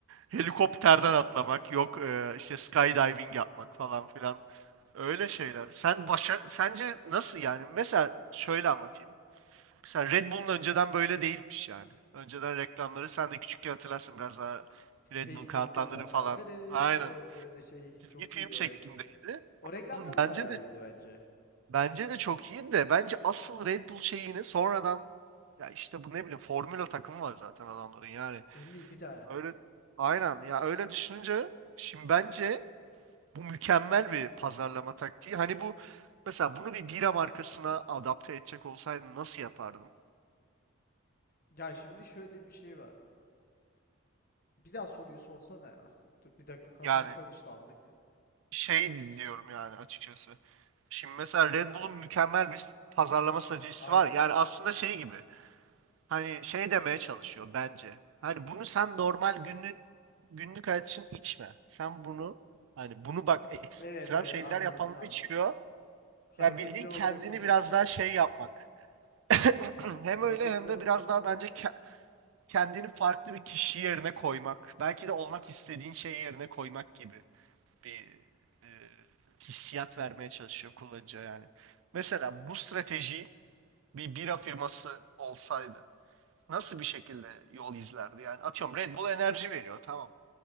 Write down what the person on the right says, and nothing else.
helikopterden atlamak yok e, işte skydiving yapmak falan filan. Öyle şeyler. Sen başa sence nasıl yani? Mesela şöyle anlatayım. Mesela Red Bull'un önceden böyle değilmiş yani. Önceden reklamları sen de küçükken hatırlarsın biraz daha Red
Bull kağıtlandırı
falan. Aynen.
Çizgi
film
şeklindeydi.
<clears throat>
Bence
de
bence de çok iyi de bence asıl Red Bull şeyini sonradan ya işte bu ne bileyim Formula takımı var zaten adamların yani.
Öyle aynen ya öyle düşününce şimdi bence bu mükemmel bir pazarlama taktiği. Hani bu mesela bunu bir bira markasına adapte edecek olsaydın nasıl yapardın?
Yani
şey dinliyorum yani açıkçası. Şimdi mesela Red Bull'un mükemmel bir pazarlama
stratejisi
var. Yani aslında şey gibi. Hani şey demeye çalışıyor bence. Hani bunu sen normal günlük günlük hayat için içme. Sen bunu hani bunu bak ekstrem
şeyler
yapanlar
içiyor.
Ya bildiğin
kendini
biraz daha şey yapmak. <clears throat>
Hem
öyle hem de
biraz
daha bence ke- kendini farklı bir kişi yerine koymak. Belki de olmak istediğin şey yerine koymak gibi bir e, hissiyat vermeye çalışıyor kullanıcıya yani. Mesela bu strateji bir bira firması olsaydı nasıl bir şekilde yol izlerdi? Yani atıyorum Red Bull enerji veriyor tamam.